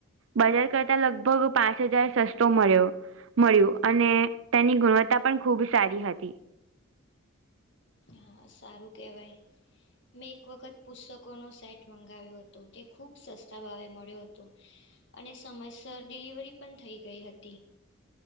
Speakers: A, on the right; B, on the left.
A: બજાર કરતા લગ ભગુ પાંચ હજાર સસ્તો મળ્યો. મળ્યું અને તેની ગુણવત્તા પણ ખૂબ સારી હતી.
B: હા સારું કેહેવાય. મેં એક વખત પુસ્તકોનો સેટ મંગાવ્યો હતો તે ખૂબ સસ્તા ભાવે મળ્યો હતો. અને સમયસર ડિલિવરી પણ થઈ ગઈ હતી.